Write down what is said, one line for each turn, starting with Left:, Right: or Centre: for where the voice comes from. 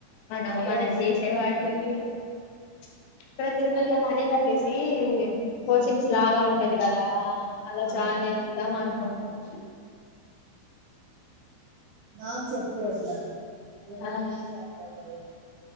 Left: మనం
Right: కోర్స్
Left: మనం చేసే
Right: అర్థం
Left: వాట్లకి
Right: కాలే
Left: ప్చ్ ఇక్కడ తిరుప ఇగ మనీ గాట్టేసి కోచింగ్స్
Right: ఆ
Left: లాగా ఉంటది గదా అ అలా
Right: ఆ
Left: జనయ్ చూదాం అనుకుంటాన్న
Right: మాక్స్ ఎక్కు వస్ ల ఇంకేమన్నా
Left: ఆ
Right: ది జాయిన్ అవుతారు